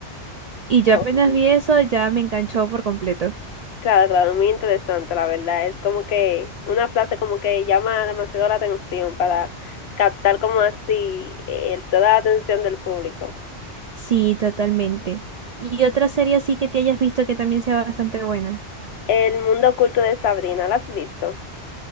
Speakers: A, on the right; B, on the left.
A: Y yo apenas
B: Ujú.
A: vi eso, ya me enganchó por completo.
B: Claro, claro, muy interesante, la verdad. Es como que una frase como que llama demasiado la atención para captar como así eh, toda la atención del público.
A: Sí, totalmente. ¿Y otra serie así que te hayas visto que también sea bastante buena?
B: El mundo oculto de Sabrina, ¿la has visto?